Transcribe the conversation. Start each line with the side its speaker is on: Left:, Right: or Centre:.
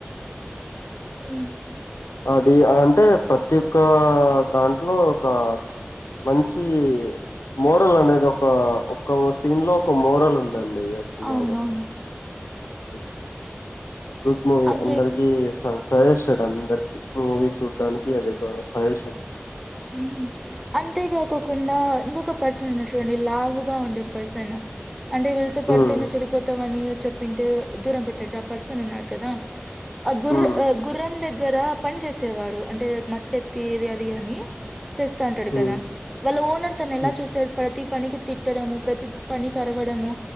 Centre: అ
Left: అది అంటే ప్రతి ఒక్క దాంట్లో ఒక మంచి మోరల్ అనేది ఒక ఒక్క సీన్లో ఒక మోరల్ ఉంది దండి సినిమాలో
Centre: అవునవును
Left: హ్మ్. గుడ్ మూవీ
Centre: అంతే
Left: అందరికి స సజెస్డ్ అందరికి మూవీ చూడ్డానికి అది ఒక సజెషన్
Centre: ఉ అంతేకాకోకుండా ఇంగొక పర్సన్ ఉన్నాడు చూడండి లావుగా ఉండే పర్సన్ అంటే వీళ్ళతో పడితే
Left: హ్మ్.
Centre: నువ్వు చెడిపోతావని చెప్పింటే దూరం పెట్నట్టు ఆ పర్సన్ ఉన్నాడు కదా ఆ గుర్ర
Left: హ్మ్.
Centre: గుర్రం దగ్గర పని చేసేవాడు అంటే మత్తెత్తి ఇది అది అని చేస్తాంటడు
Left: హ్మ్.
Centre: కదా వాళ్ళ ఓనర్ తను ఎలా
Left: హ్మ్.
Centre: చూస ప్రతి పనికి తిట్టడము ప్రతి పనికి అరవడము